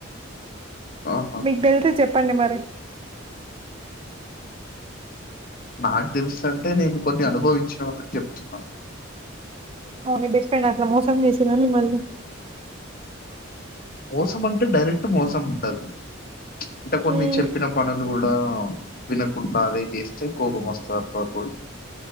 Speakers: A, on the left (about 45°); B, on the right (about 25°).
A: ఆహా!
B: మీకు తెలిస్తే చెప్పు చెప్పండి మరి
A: నాకు తెలుసు అంటే నేను కొన్ని అనుభవించిన కాబట్టి చెప్తున్నా
B: అవును బెస్ట్ ఫ్రెండ్ అట్లా మోసం చేసిరా మిమ్మల్ని
A: మోసం అంటే డైరెక్ట్ మోసం ఉండదు అంటే కొన్ని
B: మ్మ్
A: చెప్పిన పనులు కూడా వినకుండా అదే చేస్తే కోపం వస్తది ఒకప్పుడు